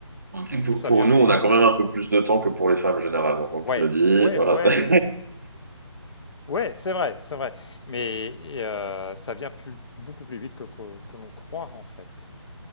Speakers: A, on the right; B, on the left.
A: Ok. Pour,
B: Et ça
A: pour
B: vient
A: nous,
B: plus
A: on
B: vite
A: a quand
B: que
A: même
B: l'on
A: un
B: croit.
A: peu plus de temps que pour les femmes généralement. Donc,
B: Ouais,
A: je me dis,
B: ouais,
A: voilà,
B: ouais,
A: ça. <laughs>
B: ouais. Ouais, c'est vrai, c'est vrai. Mais et, euh, ça vient plus, beaucoup plus vite que, que, que l'on croit, en fait.